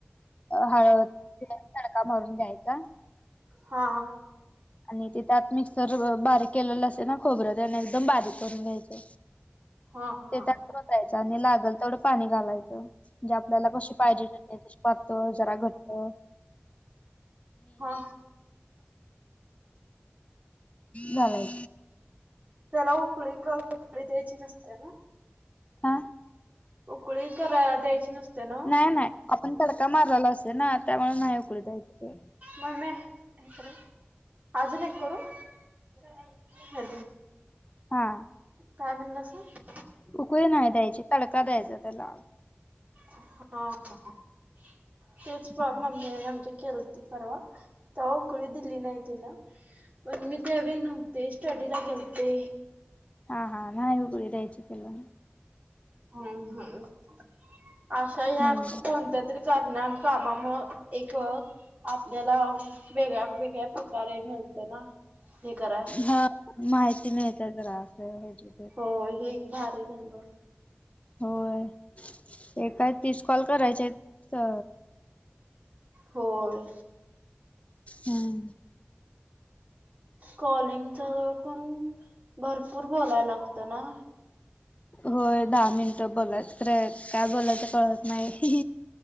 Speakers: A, on the left; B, on the right.
A: हळवद तडका मारून घ्यायचा
B: हा
A: आणि ते त्यात मिक्सर बारीक केलेला असेल ना खोबरं त्याना एकदम बारीक करून घ्यायचं
B: हा हा
A: ते त्यात होयचं आणि लागल तेवढं पाणी घालायचं जे आपल्याला कशी पाहिजे पाह जरा घटत
B: हा
A: झालाय
B: त्याला उकळी उकळी द्यायची नसते ना
A: हा
B: उकळी करा द्यायची नसते ना
A: नाही नाही आपण तडका माराला असे ना त्यामुळे नाही उकळू द्यायचं ते.
B: मम तर अजून एक करू अ
A: हा
B: काय म्हणलं असं
A: उकळी नाही द्यायची तडका द्यायचा त्याला
B: हा तेच प
A: हा.
B: मममी आमच्या खलती परवा त उकळी दिल्ली नाहीतीि ना पग मी तेवे नव्हते स्टडीला खेलते
A: हा हा नाही उघळी द्यायची पला
B: हम्म हम्म अशा ह्या
A: हा
B: कोणत्या प्रकार कामामु एक आपल्याला वेगळ्या वेगळ्या कारय मिळतं ना हे कराय
A: हा. माहिती मिळते जरा असं हची
B: हो हे भारी झालं
A: होय एय तीस कॉल करायचे हो
B: होय
A: हम्म
B: कॉलिंगच पण भरपूर बोलाय लागत ना
A: होय दहा मिनटं बोलायच काय बोलायचं कळत नाही